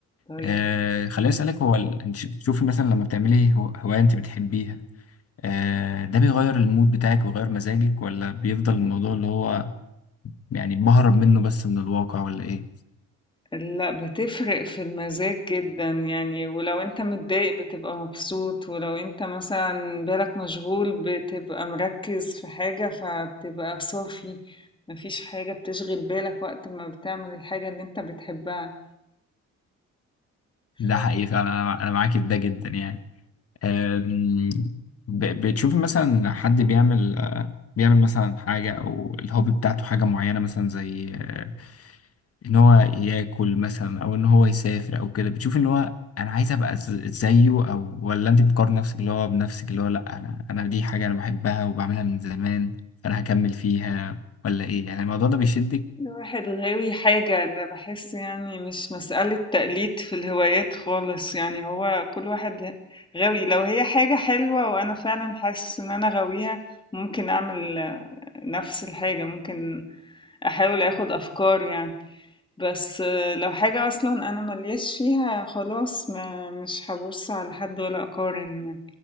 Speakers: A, on the left; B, on the left.
A: طيب
B: آه خليني اسالك هو ال... انت بتشوفي مثلا لما بتعملي هو- هوايه انت بتحبيها آه ده بيغير المود بتاعك ويغير مزاجك ولا بيفضل الموضوع اللي هو يعني بهرب منه بس من الواقع ولا ايه
A: لأ، بتفرق في المزاج جدًا يعني، ولو أنت متضايق بتبقى مبسوط، ولو أنت مثلًا بالك مشغول بتبقى مركّز في حاجة، فبتبقى صافي، ما فيش حاجة بتشغل بالك وقت ما بتعمل الحاجة اللي أنت بتحبها،
B: ده
A: فكل
B: حقيقي فعلا انا أنا معاكي في ده جدا يعني أم، ب- بتشوف مثلا حد بيعمل آه، بيعمل مثلا حاجة أو الهوبي بتاعته حاجة معينة مثلا زي آه، إن هو ياكل مثلا أو إن هو يسافر أو كده بتشوف إن هو أنا عايز أبقى ز- زيه أو ولا أنت بتقارن نفسك اللي هو بنفسك اللي هو لأ أنا أنا دي حاجة أنا بحبها وبعملها من زمان فأنا هكمل فيها ولا إيه يعني الموضوع ده بيشدك
A: واحد غاوي حاجة، أنا باحس يعني مش مسألة تقليد في الهوايات خالص، يعني هو كل واحد غاوي، لو هي حاجة حلوة وأنا فعلًا حاسس إن أنا غاويها ممكن أعمل نفس الحاجة ممكن احاول اخد افكار يعني بس آه، لو حاجة اصلا انا ملياش فيها خلاص ما مش هبص على حد ولا اقارن يعني